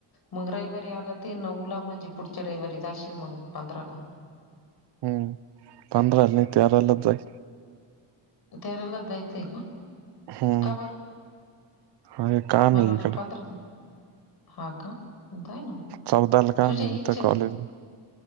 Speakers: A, on the left; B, on the right.
A: मंग रविवारी आंला ते नऊ लां म्हणजे पुढच्यां रविवारी जाशील मंग पंधरा लां.
B: हम्मं पंधराला नाहीं तेरालांच जाईल.
A: तेरालां जाईल ते मगं.
B: हम्म
A: काबरं
B: अरे काम
A: मलां
B: आहे
A: वाटलं
B: इकडं
A: पधरा हां कां कायं गं नां मगं
B: चौदाला काम
A: तुझ्यां
B: आहे इथं
A: इच्छ
B: कॉलेजला